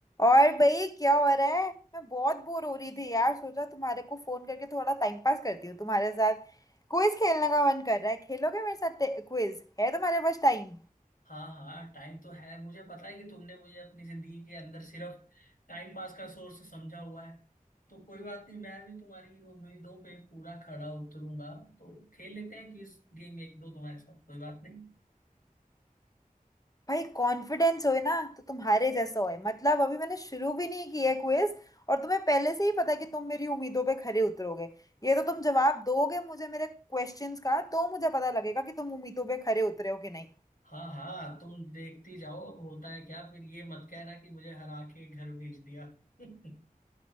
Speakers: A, on the left (about 25°); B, on the left (about 70°).
A: और भाई क्या हो रहा है मैं बहुत बोर हो रही थी यार सोचा तुम्हारे को फोन करके थोड़ा टाइम पास करती हूँ तुम्हारे साथ क्विज खेलने का मन कर रहा है खेलोगे मेरे साथ क्विज है तुम्हारे पास टाइम
B: हाँ हाँ टाइम तो है मुझे पता है कि तुमने मुझे अपनी जिंदगी के अंदर सिर्फ टाइम पास का सोर्स समझा हुआ है तो कोई बात नहीं मैं भी तुम्हारी इन उम्मीदों पे पूरा खरा उतरूंगा तो खेल लेते हैं किस गेम एक दो तुम्हारे साथ कोई बात नहीं
A: भाई कॉन्फिडेंस होए ना तो तुम्हारे जैसा होए मतलब अभी मैंने शुरू भी नहीं किया है क्विज और तुम्हें पहले से ही पता है कि तुम मेरी उम्मीदों पे खरे उतरोगे ये तो तुम जवाब दोगे मुझे मेरे क्वेश्चंस का तो मुझे पता लगेगा कि तुम उम्मीदों पे खरे उतरे हो कि नहीं
B: हाँ हाँ तुम देखती जाओ अब होता है क्या फिर ये मत कहना कि मुझे हरा के घर भेज दिया <laughs>